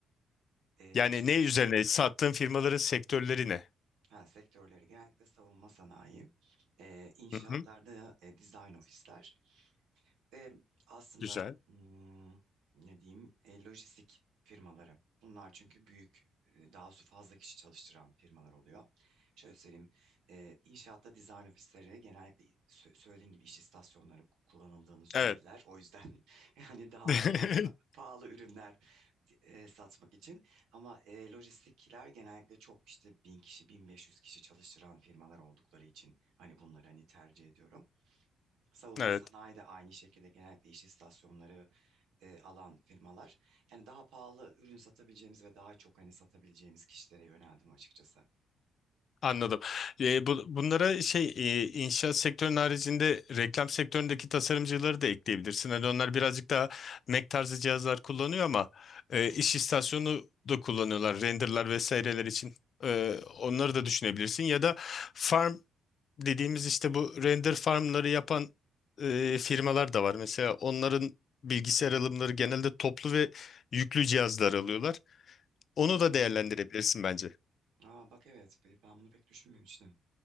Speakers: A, on the right; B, on the left.
A: Ee,
B: Yani
A: şöyle
B: ne üzerine? Sattığın firmaların sektörleri ne?
A: ha, sektörleri genellikle savunma sanayi, ee, inşaatlarda
B: Hı hı,
A: e, design ofisler, E, aslında
B: güzel.
A: hmm, ne diyeyim e, lojistik firmaları. Bunlar çünkü büyük e, daha su fazla kişi çalıştıran firmalar oluyor. Şöyle söyleyeyim e, inşaatta dizayn ofisleri genellikle sö- söylediğin gibi iş istasyonları kullanıldığını söylediler.
B: Evet.
A: O yüzden <laughs> yani daha
B: <laughs>
A: pa- pa- pahalı ürünler e, satmak için. Ama e, lojistikler genellikle çok işte bin kişi 1500 kişi çalıştıran firmalar oldukları için hani bunları hani tercih ediyorum. Savunma
B: Evet.
A: sanayi de aynı şekilde genellikle iş istasyonları e, alan firmalar. Yani daha pahalı ürün satabileceğimiz ve daha çok hani satabileceğimiz kişilere yöneldim açıkçası.
B: Anladım. Ee, bu, bunlara şey e, inşaat sektörünün haricinde reklam sektöründeki tasarımcıları da ekleyebilirsin. Hani onlar birazcık daha Mac tarzı cihazlar kullanıyor ama e,
A: Hı.
B: iş istasyonu da kullanıyorlar. Renderlar vesaireler için. Ee, onları da düşünebilirsin. Ya da farm dediğimiz işte bu render farmları yapan e, firmalar da var. Mesela onların bilgisayar alımları genelde toplu ve yüklü cihazlar alıyorlar. Onu
A: Hı.
B: da değerlendirebilirsin bence.
A: Aa, bak evet ben ben bunu pek düşünmemiştim.